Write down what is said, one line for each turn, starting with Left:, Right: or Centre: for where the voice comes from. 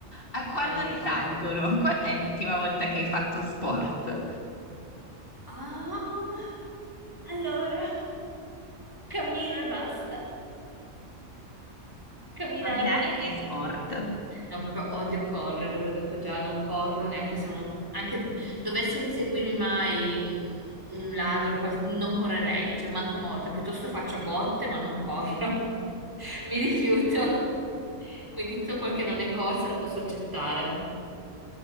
Left: a
Right: Allora.
Left: quando risalgono? Quando è l'ultima volta che hai fatto sport?
Right: Ah, allora, cammino e basta. Camminare.
Left: Camminare è sport.
Right: No, proprio odio correre, lo dico già, non corro neanche se uno, anche dovesse inseguirmi mai mm, un ladro, qual- non correrei, cioè manco morta, piuttosto faccio botte, ma non corro. <laughs> Mi rifiuto. Quindi tutto quel che non è corsa lo posso accettare.